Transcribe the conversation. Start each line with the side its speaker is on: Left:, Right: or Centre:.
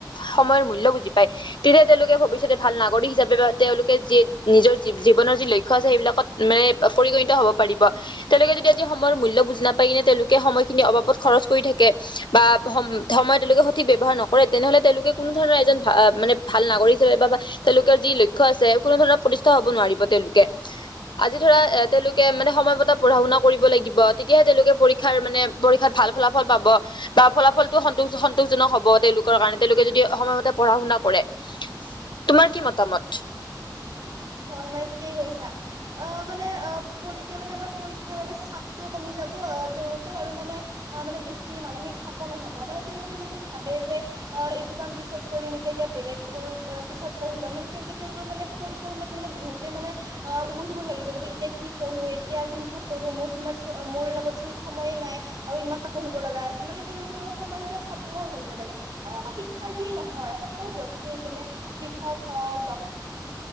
Left: সময়ৰ মূল্য বুজি পায় তেতিয়া তেওঁলোকে ভৱিষ্যতে ভাল নাগৰিক হিচাপে বা তেওঁলোকে যি নিজৰ জীৱনৰ যি লক্ষ্য <unintelligible> সেইবিলাকত মানে পৰিগণিত হ'ব পাৰিব। তেওঁলোকে যদি আজি সময়ৰ মূল্য বুজি নাপায় কিনে তেওঁলোকে সময় খিনিৰ অবাবত খৰচ কৰি থাকে বা সম সময়ৰ তেওঁলোকে সঠিক ব্যৱহাৰ নকৰে তেনেহ'লে তেওঁলোকে কোনো ধৰণৰ এজন ভ মানে ভাল নাগৰিক হিচাপে বা তেওঁলোকৰ যি লক্ষ্য আছে কোনো ধৰণৰ প্ৰতিষ্ঠা হব নোৱাৰিব তেওঁলোকে। আজি ধৰা এ তেওঁলোকে মানে সময় পতা পঢ়া-শুনা কৰিব লাগিব তেতিয়াহে তেওঁলোকে পৰীক্ষাৰ মানে পৰীক্ষাত ভাল ফলাফল পাব। বা ফলাফলটো সন্তো সন্তোষজনক হব তেওঁলোকৰ কাৰণে তেওঁলোকে যদি সময়মতে পঢ়া শুনা কৰে। তোমাৰ কি মতামত?
Right: হয়' মানে ঠিকেই কৈছা। অ' মানে অ' কতেতিয়া মানে আমাৰ পৰীক্ষাৰ বাবে চাপটোও কমি যাব অ' তেওঁলোকৰ আৰু মানে আহ মানে বেছি মানসিক চাপো নহ'ব মানে তেওঁলোকে যদি ভাবে যে অ' এইটো কাম পিছত কৰিম এতিয়া কিবা বেলেগ কৰোঁ, অ' পিছত পঢ়ি লম মানে তেন্তে তেওঁলোকৰ মানে পৰীক্ষাৰ সময় মানে বহুতে মানে <unintelligible> লাগি যাব যে এতিয়া কি পঢ়ো, এতিয়া কোনটো পঢ়ো? মোৰ লগতচোন সময়ে নাই। আৰু ইমান পঢ়িব লগা আছে মানে তেওঁলোকে মানে সময়মতে সৎ ব্যৱহাৰ কৰিব লাগে। আৰু অকল শিক্ষাৰ্থীয়ে নহয় সকলো ব্যক্তিয়েই যেনে কৃষক হওক বা